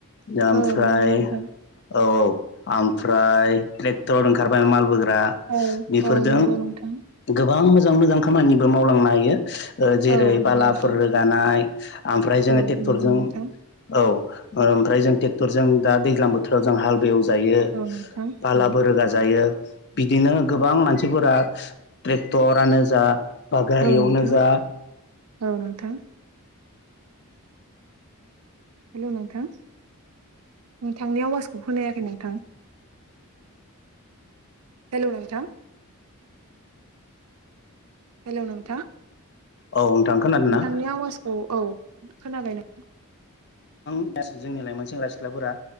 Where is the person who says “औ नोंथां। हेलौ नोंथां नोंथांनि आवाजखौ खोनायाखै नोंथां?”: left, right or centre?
Right